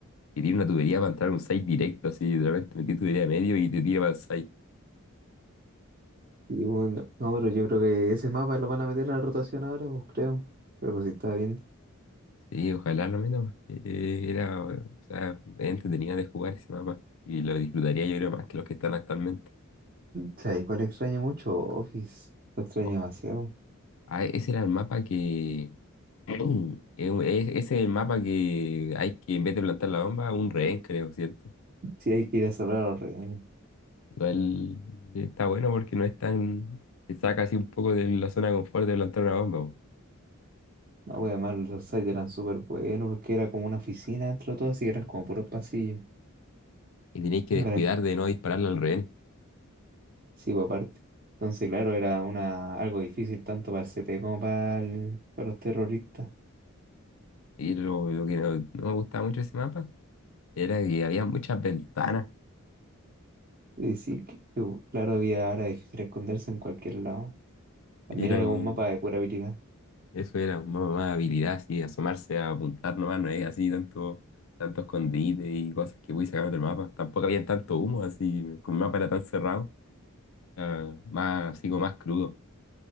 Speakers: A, on the left; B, on the right.
A: que tiene una tubería para entrar a un site directo, así, literalmente metí tubería de medio y te tira para el site.
B: Y bueno, no, pero yo creo que ese mapa lo van a meter a la rotación ahora, pues creo. Creo que sí está bien.
A: Sí, ojalá lo menos, porque eh, era, o sea, entretenida de jugar ese mapa. Y lo disfrutaría yo creo más que los que están actualmente.
B: ¿Sabes cuál extraño mucho? Office. Lo extraño
A: Office.
B: demasiado.
A: Ah, ese era el mapa que... <clears throat> es- Ese es el mapa que hay que, en vez de plantar la bomba, un rehén, creo, ¿cierto?
B: Sí, hay que ir a salvar a los rehenes.
A: Igual está bueno porque no es tan. Te saca así un poco de la zona de confort de plantar una bomba. po.
B: No, voy además los sites eran súper buenos porque era como una oficina dentro de todo, así que eran como puros pasillos.
A: Y tenéis que
B: Y
A: descuidar
B: para...
A: de no dispararla al rehén.
B: Sí, por aparte. Entonces, claro, era una, algo difícil tanto para el CT como para, el- para los terroristas.
A: Y lo, lo que no, no me gustaba mucho de ese mapa era que había muchas ventanas.
B: Y sí, que- que, claro, había, era difícil esconderse en cualquier lado. También
A: Y era
B: era
A: como.
B: como un mapa de pura habilidad.
A: Eso era más, más habilidad, así, asomarse a apuntar nomás, no es así tanto, tanto escondite y cosas que voy sacar del mapa. Tampoco había tanto humo, así, como el mapa era tan cerrado, era más, así como más crudo.